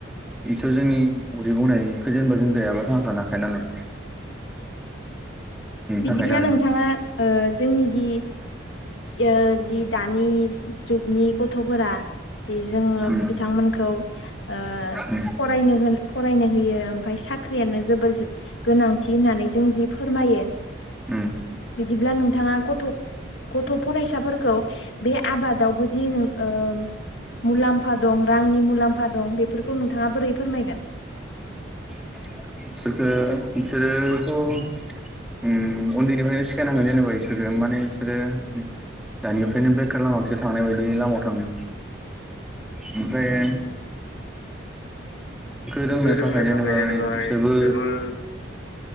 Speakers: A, in the centre; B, on the left.
A: इथ' जोंनि उदै बुंनायखौ जेनबा जों। जायाबा थांना थानो हाखाया नालाय। बेनि
B: बिदिब्ला
A: थाखायनो आरो
B: नोंथाङा ओह जोंनि दि। यो दि दानि जुगनि गथ'फोरा। बे जोङो
A: उम
B: बिथांमोनखौ ओह
A: उम
B: फरायनो होनो फरायनो। होयो ओमफ्राय साक ख्रियानो जोबोर जो गोनांथि होननानै जों जि फोरमायो।
A: उम
B: दिब्ला नोंथाङा गथ' गथ' फरायसाफोरखौ। बे आबादावबोदि नों ओह। मुलाम्फा दं रांनि मुलाम्फा दं बेफोरखौ नोंथाङा बोरै फोरमायगोन?
A: <inaudible> इखो इसोरोथ' ओम उन्दैनिफ्रायनो सो <unintelligible> नांगोन जेनेबा इसोरो माने इसोरो। दानिफ्रायनो बेखार लामाखोसो थांनाय बायदि लामायाव थाङो। ओमफ्राय। बेखौ रोंनो
B: फोरोंनो
A: जेनेबा
B: थाखाय जेनेबाय
A: इसोरबो
B: जोबोर।